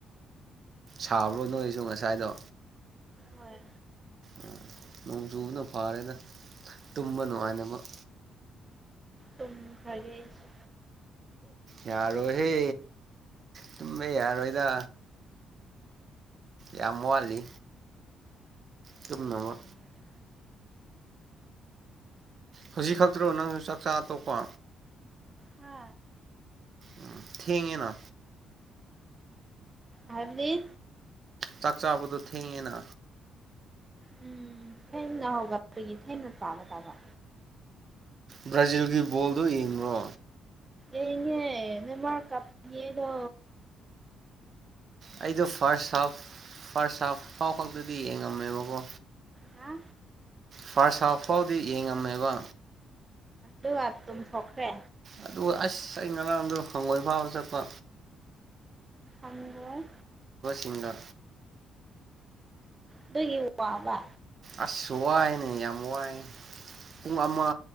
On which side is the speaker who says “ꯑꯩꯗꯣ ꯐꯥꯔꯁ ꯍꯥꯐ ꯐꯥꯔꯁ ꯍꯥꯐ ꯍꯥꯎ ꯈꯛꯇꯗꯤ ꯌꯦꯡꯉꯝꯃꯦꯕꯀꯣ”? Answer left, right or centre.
Right